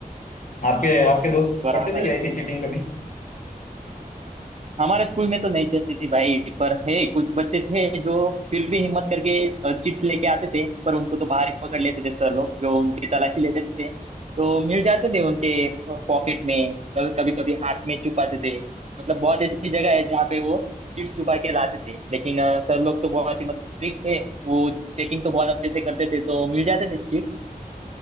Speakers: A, on the left (about 60°); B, on the right (about 50°).
A: आपके आपके दोस्त
B: बराबर
A: करते थे क्या
B: है
A: ऐसी चीटिंग कभी
B: हमारे स्कूल में तो नहीं चलती थी भाई पर है कुछ बच्चे थे जो फिर भी हिम्मत करके चिप्स लेके आते थे पर उनको तो बाहर ही पकड़ लेते थे सर लोग जो उनकी तलाशी लेते थे तो मिल जाते थे उनके पॉकेट में कभी कभी कभी हाथ में छुपाते थे मतलब बहुत ऐसी जगह है जहाँ पे वो चिप्स छुपा के लाते थे लेकिन अ, सर लोग तो बहुत ही मतलब स्ट्रिक्ट थे वो चेकिंग तो बहुत अच्छे से करते थे तो मिल जाते थे चिप्स